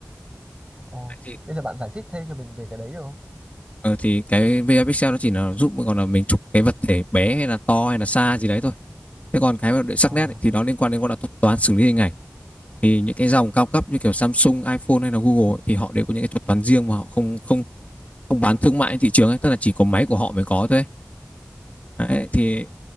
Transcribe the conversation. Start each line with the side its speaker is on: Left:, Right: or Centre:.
Right: Ồ,
Left: thì
Right: bây giờ bạn giải thích thêm cho mình về cái đấy được không?
Left: Ờ thì cái VR Pixel nó chỉ là giúp còn là mình chụp cái vật thể bé hay là to hay là xa gì đấy thôi. Thế còn cái mà để sắc
Right: Ờ,
Left: nét ấy, thì
Right: ờ,
Left: nó liên quan đến gọi là thuật toán xử lý hình ảnh. Thì những cái dòng cao cấp như kiểu Samsung, iPhone hay là Google ấy, thì họ đều có những cái thuật toán riêng mà họ không không không bán thương mại trên thị trường ấy, tức là chỉ có máy của họ mới có thôi. Đấy, thì